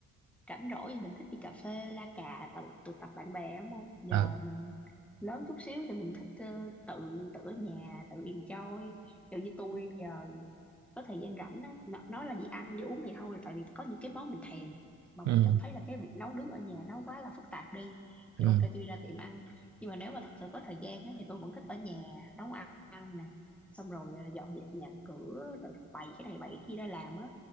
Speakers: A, in the centre; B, on the right.
A: rảnh rỗi thì mình thích đi cà phê la cà tụ, tụ tập bạn bè đúng không giờ
B: ờ
A: mình lớn chút xíu thì mình thích ờ, tự tự ở nhà tự enjoy kiểu như tôi giờ có thời gian rảnh á nó- nói là đi ăn đi uống này thôi là tại vì có những cái món mình thèm mà
B: ừ
A: mình cảm thấy là cái việc nấu nướng ở nhà nó quá là phức tạp đi
B: ừ
A: thì ok tôi đi ra tiệm ăn nhưng mà nếu mà thật sự có thời gian á, thì tôi vẫn thích ở nhà nấu ăn, ăn nè xong rồi ờ, dọn dẹp nhà cửa rồi bày cái này bày cái kia ra làm á